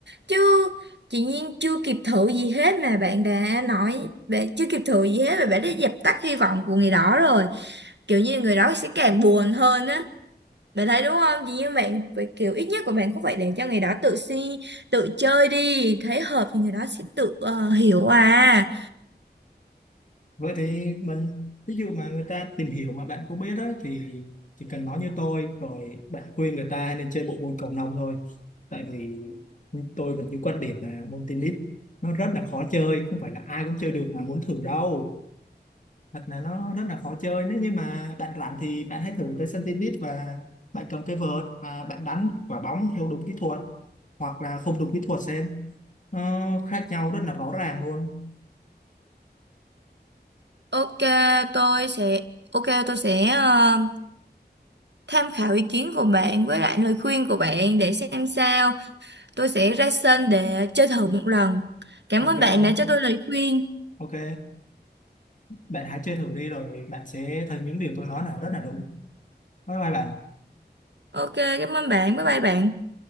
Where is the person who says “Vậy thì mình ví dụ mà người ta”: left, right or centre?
Left